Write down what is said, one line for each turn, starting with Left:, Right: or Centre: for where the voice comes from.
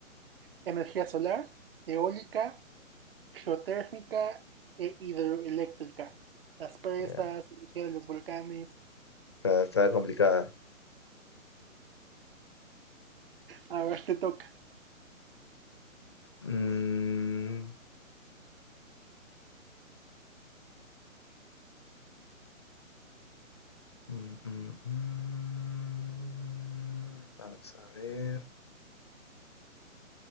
Right: Energía solar, eólica, geotérmica e hidroeléctrica. Las presas,
Left: Ya,
Right: energía de los volcanes.
Left: Está, está complicada.
Right: A ver, te toca.
Left: Mm, Mm, mm, mm. Vamos a ver.